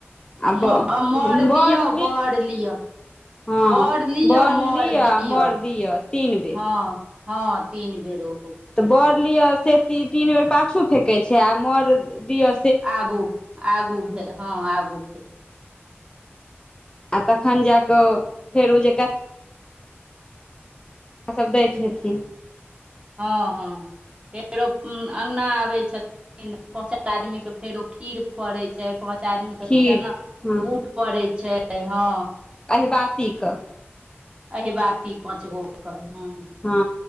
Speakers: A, on the left; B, on the right.
A: आ बर
B: म मर दियअ बड़ लिअ
A: हँ
B: बड़ लिअ
A: बर
B: मर
A: लिअ
B: दिअ
A: आ मर दिअ तीन बेर
B: हँ हँ तीन बेर ओ फकैत
A: तऽ बर
B: छथि
A: लिअ से तीन बेर पाछू फेक छै आ मर दियअ
B: आगू आगू हँ आगू के
A: आ तखन जाके फेर उ जे सभ दैत हेथिन
B: हँ हँ फेरो अङ्गना आबैत छथिन पाँच आदमीके फेरो खीर पोरई छै पाँच आदमी के
A: खीर
B: चना
A: हँ
B: बूट पड़े छै हँ
A: अहिबासी क
B: अही बात पाँच गोे ह
A: हँ